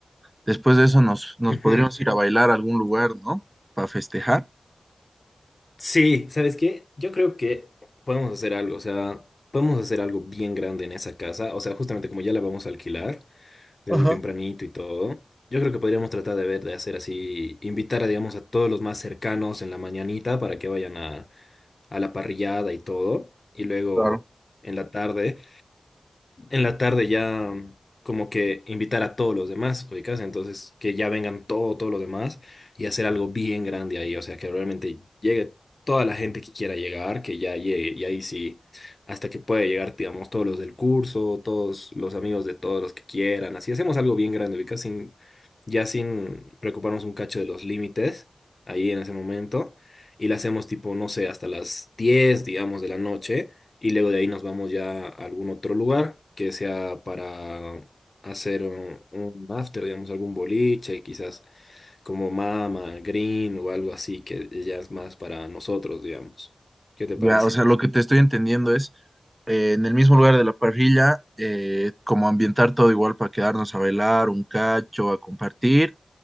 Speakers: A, on the right; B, on the left.
A: Después de eso nos, nos
B: Ujú.
A: podríamos ir a bailar a algún lugar, ¿no? Para festejar.
B: Sí, ¿sabes qué? Yo creo que podemos hacer algo, o sea, podemos hacer algo bien grande en esa casa, o sea, justamente como ya la vamos a alquilar desde
A: Ajá.
B: tempranito y todo, yo creo que podríamos tratar de ver, de hacer así, invitar a, digamos, a todos los más cercanos en la mañanita para que vayan a, a la parrillada y todo, y luego
A: Claro.
B: en la tarde en la tarde ya mm, como que invitar a todos los demás, ubicas, entonces que ya vengan todo, todos los demás y hacer algo bien grande ahí, o sea, que realmente llegue toda la gente que quiera llegar, que ya llegue, y ahí sí, hasta que pueda llegar, digamos, todos los del curso, todos los amigos de todos los que quieran, así hacemos algo bien grande, ubicas, sin, ya sin preocuparnos un cacho de los límites ahí en ese momento. Y la hacemos tipo, no sé, hasta las 10 digamos, de la noche y luego de ahí nos vamos ya a algún otro lugar que sea para hacer un, un after, digamos, algún boliche, quizás como Mama, Green o algo así, que ya es más para nosotros, digamos. ¿Qué te
A: Ya,
B: parece?
A: o sea, lo que te estoy entendiendo es eh, en el mismo lugar de la parrilla, eh, como ambientar todo igual para quedarnos a bailar un cacho, a compartir